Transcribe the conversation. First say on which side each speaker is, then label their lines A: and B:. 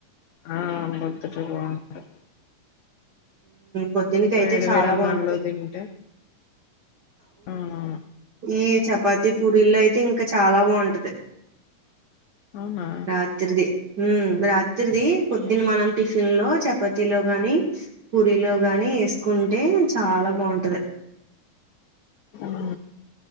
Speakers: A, on the left; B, on the right.
A: ఆ అ నేన్ అంతా పని మనేతను
B: పొద్దునికి అయితే
A: వేడి
B: చాలా
A: వేడి అన్నం
B: బాగుంటది
A: లో తింటే ఆహా
B: మీ చపాతి, పూరీల్లో అయితే ఇంకా చాలా బాగుంటది.
A: అవునా
B: రాత్రిన్ది రాత్రిన్ది పొద్దున్న మనం టిఫిన్ లో చపాతిలో గాని పూరిలో గాని ఏసుకుంటే చాలా బావుంటది అది
A: అవు